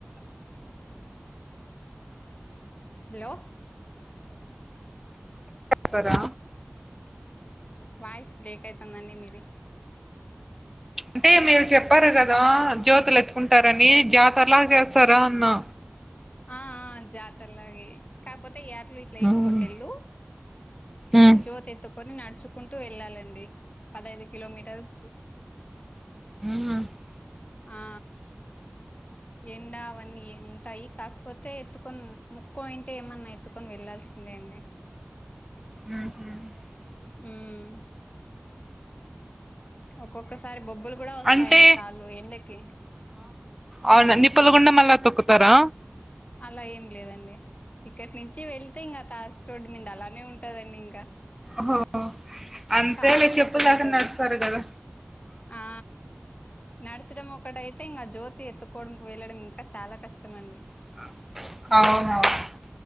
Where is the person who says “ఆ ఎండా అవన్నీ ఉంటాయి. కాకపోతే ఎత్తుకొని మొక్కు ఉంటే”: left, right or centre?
Left